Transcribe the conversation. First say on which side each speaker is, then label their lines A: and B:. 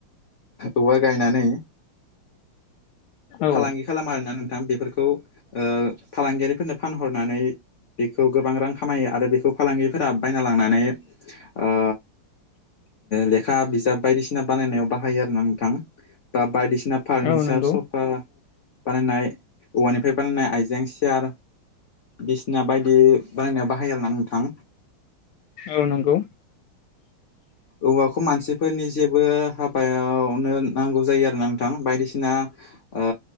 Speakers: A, on the left; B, on the left.
A: औवा गायनानै
B: औ
A: फालांगि खालामो आरोना नोंथां बेफोरखौ ओ फालांगियारिफोरनो फानहरनानै बेखौ गोबां रां खामायो आरो बेखौ फालांगिफोरा बायना लांनानै ओ
B: <inaudible>
A: लेखा बिजाब बायदिसिना बानायनायाव बाहायो आरो ना नोंथां बा बायदिसिना फार्निचार
B: औ नंगौ
A: सब बानायनाय औवानिफ्राय बानायनाय आइजें सियार बिसिना बायदि बानायनायाव बाहायो आरोना नोंथां
B: औ नंगौ
A: औवाखौ मानसिफोरनि जेबो हाबायावनो नांगौ जायो आरो ना नोंथां बायदिसिना ओ